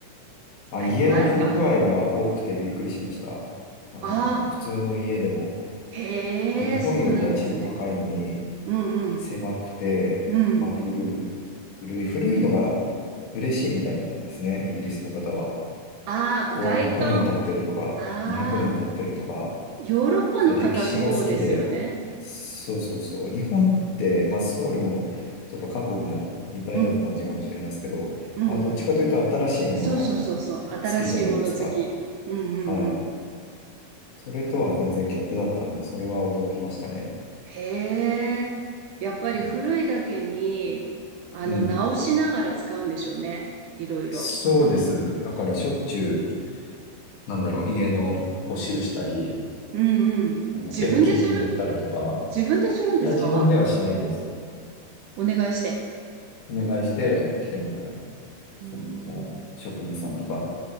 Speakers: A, on the left (about 80°); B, on the right (about 75°).
A: あ、
B: あ、
A: 家の不具合が多くてびっくりしました。
B: いっぱいあるか。
A: あの、
B: ああ、
A: 普通の家でも、
B: へえ、
A: まあ、日本より家賃も高いのに、
B: そうなんですね。うんうん。
A: 狭くて、
B: うん。
A: まあ、古い、古い、古いのが嬉しいみたいなんですね、イギリスの方は。
B: ああ、
A: ここは100年経ってるとか、
B: 外観。ああ、
A: 200年経ってるとか、
B: ヨーロッパの方そうですよね。
A: そういう歴史が好きで、そうそうそう。日本って、まあ、ソウルも、とか韓国も似たような感じかもしれないですけど、
B: うん。うんうん。
A: まあ、どっちかというと新しいものが好
B: そうそうそうそう。新しいもの好き。
A: きじゃないですか。
B: うんうんうん。
A: はい。それとは全然逆だったんで、それは驚きましたね。
B: へえ。やっぱり古いだけに、
A: うん。
B: あの、
A: うん
B: 直しながら使うんでしょうね。いろいろ。
A: そうです。だからしょっちゅう、なんだろう、家の補修したり、
B: うんうん。
A: あの、
B: 自分でする。
A: ペンキ塗ったりとか、
B: 自分でするんですか
A: いや、自分ではしないです。
B: お願いして。
A: お願いして来てもらう。
B: うーん。
A: その、職人さんとか。